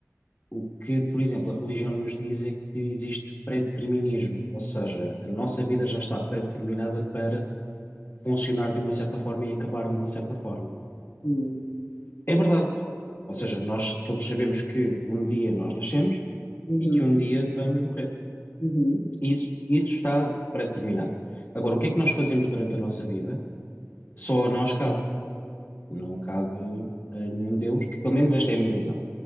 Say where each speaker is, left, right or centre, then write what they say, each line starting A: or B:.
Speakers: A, on the left; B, on the left.
A: o que, por exemplo, a religião nos diz é que existe predeterminismo, ou seja, a nossa vida já está determinada para funcionar de uma certa forma e acabar de uma certa forma.
B: uhum,
A: É verdade. Ou seja, nós todos sabemos que um dia nós nascemos
B: uhum,
A: e que um dia vamos morrer.
B: uhum.
A: Isso, isso está pré-determinado. Agora, o que é que nós fazemos durante a nossa vida? Só a nós cabe. Não cabe a nenhum Deus. Pelo menos esta é a minha visão.